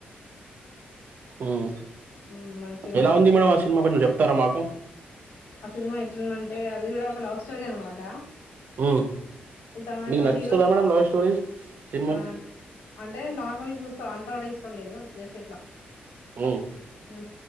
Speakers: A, on the right; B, on the left.
A: ఉ
B: హ్మ్. మంచిగా
A: ఎలా
B: ఉన్నది
A: ఉంది
B: ఇది
A: మేడమ్ ఆ సినిమా కొంచెం చెప్తారా మాకు
B: ఆ సినిమా ఎట్లుందంటే అది కూడా ఒక లవ్ స్టోరీ అనమాట
A: మ్మ్
B: ఇతను
A: మీకు
B: ఆ
A: నచ్చుతదా
B: హీరో
A: మేడం లవ్ స్టోరీస్ సినిమాలు
B: ఆ అంటే నార్మల్ చూ సమంత కూడా ఇష్ సౌండ్ లేదు ఇట్లా చేస్తే ఎట్లా
A: మ్మ్
B: ఉ